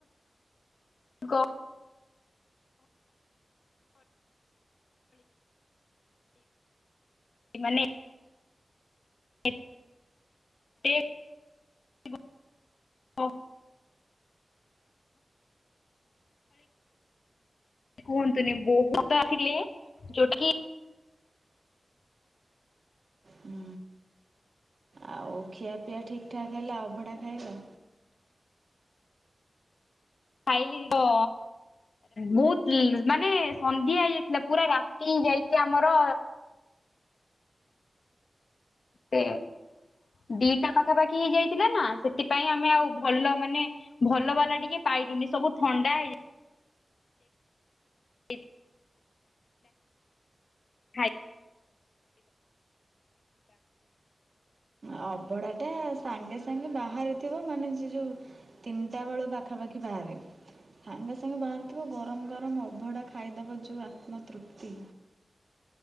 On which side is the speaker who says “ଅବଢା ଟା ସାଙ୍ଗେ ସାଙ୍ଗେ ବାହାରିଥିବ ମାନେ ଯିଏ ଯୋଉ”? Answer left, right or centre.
Right